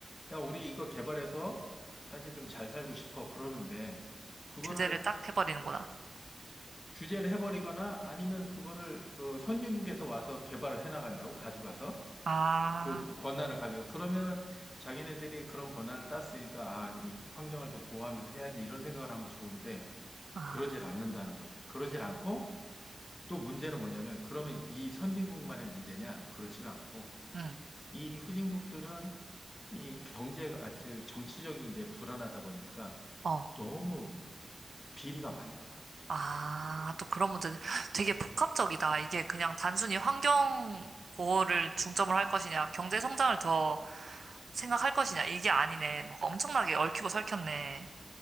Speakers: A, on the left (about 25°); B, on the right (about 65°).
A: 야 우리 이거 개발해서 사실 좀 잘 살고 싶어 그러는데 그거를
B: 규제를 딱 해버리는구나.
A: 규제를 해버리거나 아니면 그거를 어, 선진국에서 와서 개발을 해나간다고 가져가서
B: 아,
A: 그 권한을 가져가 그러면은 자기네들이 그런 권한을 땄으니까 아, 이 환경을 좀 보호하면서 해야지 이런 생각을 하면 좋은데
B: 아,
A: 그러질 않는다는 거지. 그러질 않고 또 문제는 뭐냐면, 그러면 이 선진국만의 문제냐? 그렇지가 않고,
B: 응,
A: 이 후진국들은 이 경제가, 아, 즉, 정치적인 게 불안하다 보니까
B: 어.
A: 너무 비리가 많은 거야.
B: 아, 또 그런 문제. 되게 복합적이다. 이게 그냥 단순히 환경 보호를 중점을 할 것이냐, 경제 성장을 더 생각할 것이냐, 이게 아니네. 막 엄청나게 얽히고 설켰네.